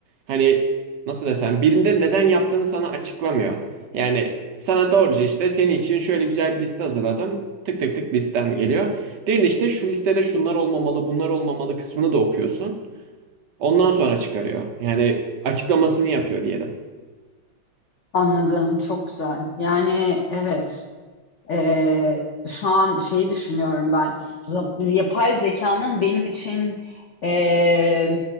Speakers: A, on the right; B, on the left.
A: Hani nasıl desem birinde neden yaptığını sana açıklamıyor. Yani sana doğruca işte senin için şöyle güzel bir liste hazırladım. Tık tık tık listen geliyor. Diğerinde işte şu listede şunlar olmamalı, bunlar olmamalı kısmını da okuyorsun. Ondan sonra çıkarıyor. Yani açıklamasını yapıyor diyelim.
B: Anladım. Çok güzel. Yani evet. Ee, şu an şeyi düşünüyorum ben. Za- Yapay zekanın benim için eee,